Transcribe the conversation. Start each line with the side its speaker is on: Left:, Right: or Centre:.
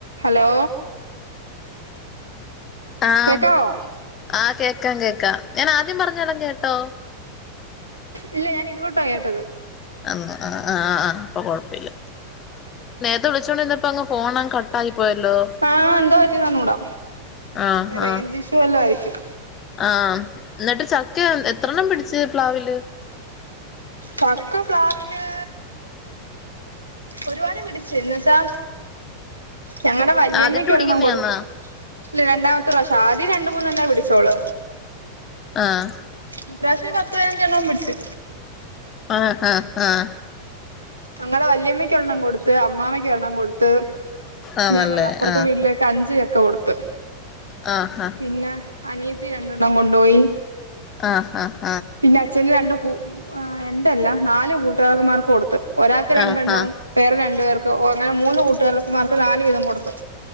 Right: ഹലോ
Left: ആഹ്
Right: കേക്കാവോ
Left: ആഹ് കേക്കാം കേക് ക്കാ ഞാൻ ആദ്യം പറഞ്ഞതെല്ലാം കേട്ടോ
Right: ഇല്ല ഞാൻ ഇത് തൊട്ടാ കേട്ടത്
Left: ആ ആ ആ ആ ഇപ്പൊ കൊഴപ്പില്ല ത് വിളിച്ചൊണ്ടിന്നപ്പങ്ങ് ഫോണങ്ങ് കട്ടായി പോയല്ലോ
Right: ആഹ് എന്തോ പറ്റി ന്ന് അർഞ്ഞൂടാ
Left: ആഹ്
Right: റേഞ്ച്
Left: ആഹ്
Right: ഇഷ്യു വല്ലോ ആയിരിക്കും
Left: ആഹ് ഇന്നിട്ട് ചക്ക എത്രെണ്ണം പിടിച്ച് പ്ലാവില്
Right: പക്ക പ്ലാവില് ഒരുവാട് പിടിച്ച് എന്നച്ചാ ഞങ്ങടെ വല്യമ്മയ്ക്ക്
Left: ആദ്യായിട്ട് പിടിക്കുന്നയാന്നോ
Right: ഒരെണ്ണം കൊട് ഇല്ല രണ്ടാമത്തെ പ്രാവഷം ആദ്യം രണ്ട് മൂന്നെണ്ണേ പിടിച്ചോള്
Left: ആഹ്
Right: ഇപ്രാവശ്യം പത്ത് പയിനഞ്ചെണ്ണം പിടിച്ച്
Left: ആഹ് ആഹ് ആഹ്
Right: ഞങ്ങളെ വല്യമ്മയ്ക്ക് ഒരെണ്ണം കൊടുത്ത് അമ്മാമ്മയ്ക്ക് ഒരെണ്ണം കൊട്ത്ത് ഇപ്പ
Left: ആണല്ലേ
Right: ഞാ <unintelligible> അപ്പറത്തെ
Left: ആഹ്
Right: വീട്ടിലേക്ക് അഞ്ച് ചക്ക കൊട് ത്ത്
Left: ആഹ്
Right: പിന്നെ അനിയ ത്തി രണ്ടെണ്ണം കൊണ്ടോയി
Left: ആഹ് ഹാ
Right: പിന്നെ അച്ഛന് രണ്ടു കു ആ രണ്ടല്ല നാല് കൂട്ടുകാകന്മാർക്ക് കൊട്ത്ത് ഒരാക്ക് രണ്ടെണ്ണവും
Left: ആഹ്
Right: പേറെ രണ്ടു പേർ ക്ക് അങ്ങനെ മൂന്ന് കൂട്ടുകാരൻമാർക്ക് നാല് വീതം കൊടുത്ത്